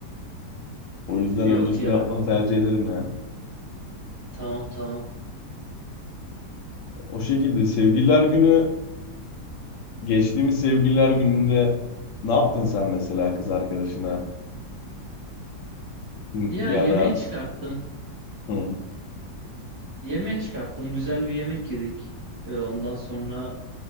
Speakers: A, on the left (about 80°); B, on the right (about 50°).
A: O yüzden
B: Yok
A: öncesinde
B: ya
A: yapmanı tercih ederim yani.
B: tamam tamam.
A: O şekilde sevgililer günü geçtiğimiz sevgililer gününde ne yaptın sen mesela kız arkadaşına Hı,
B: Ya
A: ya
B: yemeğe
A: da
B: çıkarttım.
A: hı.
B: Yemeğe çıkarttım. Güzel bir yemek yedik. Ee, ondan sonra